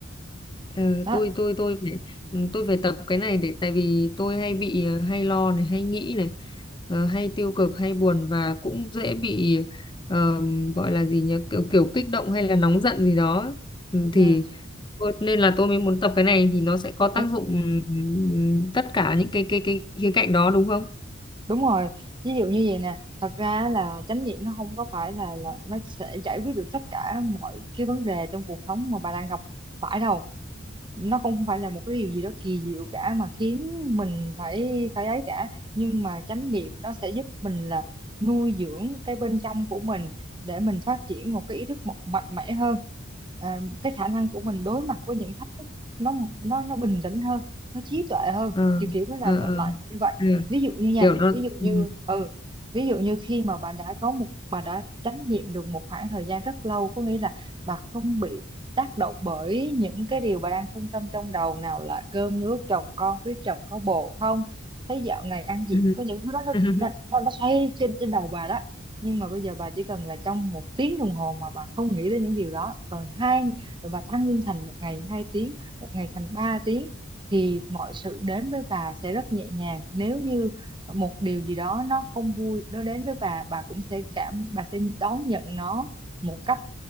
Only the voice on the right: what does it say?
đó
ừ.
đúng
đúng rồi ví dụ như vậy nè thật ra là chánh niệm nó không có phải là là nó sẽ giải quyết được tất cả mọi cái vấn đề trong cuộc sống mà bà đang gặp phải đâu nó cũng không phải là một cái điều gì đó kỳ diệu cả mà khiến mình phải phải ấy cả nhưng mà chánh niệm nó sẽ giúp mình là nuôi dưỡng cái bên trong của mình để mình phát triển một cái ý thức một mạnh mẽ hơn à, cái khả năng của mình đối mặt với những thách thức nó nó nó bình tĩnh hơn nó trí tuệ hơn
kiểu kiểu nó là
là-
lại
như vậy
ví dụ như nha
ví dụ
như ừ ví dụ như khi mà bà đã có một bà đã chánh niệm được một khoảng thời gian rất lâu có nghĩa là bà không bị tác động bởi những cái điều bà đang phân tâm trong đầu nào là cơm nước chồng con biết chồng có bồ không thấy dạo này ăn gì
có những thứ đó nó,
nó, nó nó xoay trên trên đầu bà đó nhưng mà bây giờ bà chỉ cần là trong một tiếng đồng hồ mà bà không nghĩ đến những điều đó rồi hai rồi bà tăng lương thành một ngày hai tiếng một ngày thành ba tiếng thì mọi sự đến với bà sẽ rất nhẹ nhàng nếu như một điều gì đó nó không vui nó đến với bà bà cũng sẽ cảm bà sẽ đón nhận nó một cách